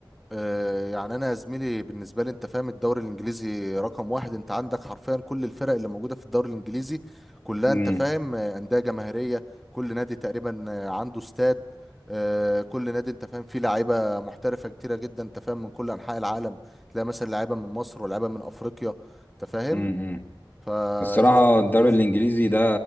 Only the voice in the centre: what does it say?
آه، يعني انا يا زميلي بالنسبه لي انت فاهم الدوري الانجليزي رقم واحد انت عندك حرفيا كل الفرق اللي موجوده في الدوري الانجليزي كلها
انت فاهم آه، انديه جماهيريه كل نادي تقريبا آه، عنده استاد آه، كل نادي انت فاهم فيه لعيبه محترفه كتيره جدا انت فاهم من كل انحاء العالم تلاقي مثلا لعيبه من مصر ولاعيبه من افريقيا انت فاهم
فالدوري
الانجليزي